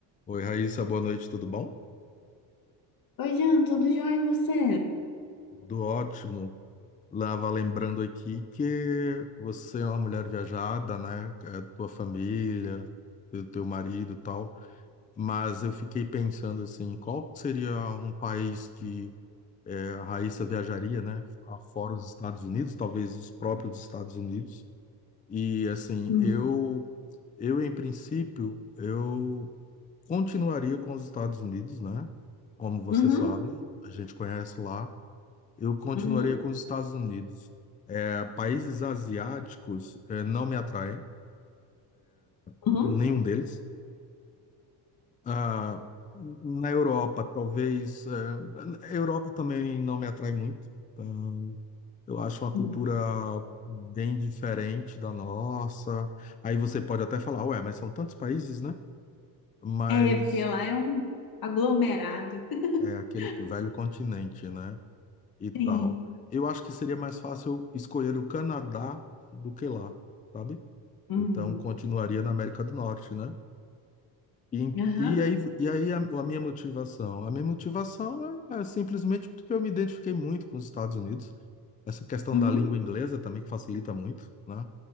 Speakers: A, on the left (about 20°); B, on the left (about 55°).
A: Oi, Raíssa, boa noite, tudo bom?
B: Oi, Jean, tudo jóia e você?
A: Tudo ótimo. Lava lembrando aqui que você é uma mulher viajada, né? É, tua família, teu teu marido e tal. Mas eu fiquei pensando assim, qual seria um país que é, a Raíssa viajaria, né? Ah, Fora os Estados Unidos, talvez os próprios Estados Unidos. E assim,
B: Hum.
A: eu, eu em princípio, eu continuaria com os Estados Unidos, né? Como você
B: Uhum,
A: sabe, a gente conhece lá. Eu continuaria
B: uhum,
A: com os Estados Unidos. É, países asiáticos, é, não me atraem,
B: uhum,
A: nenhum deles. Ah, na Europa, talvez. é, a Europa também não me atrai muito. Ah, Eu acho uma
B: uhum.
A: cultura bem diferente da nossa. Aí você pode até falar, ué, mas são tantos países, né? Mas
B: É, porque lá é um aglomerado. <laughs>
A: é aquele velho continente, né? e tal.
B: Sim.
A: Eu acho que seria mais fácil escolher o Canadá do que lá, sabe?
B: Hum.
A: Então, continuaria na América do Norte, né? E,
B: Aham,
A: e aí, e aí a, a minha motivação? A minha motivação é, é simplesmente porque eu me identifiquei muito com os Estados Unidos. Essa questão
B: Uhum.
A: da língua inglesa também que facilita muito, né?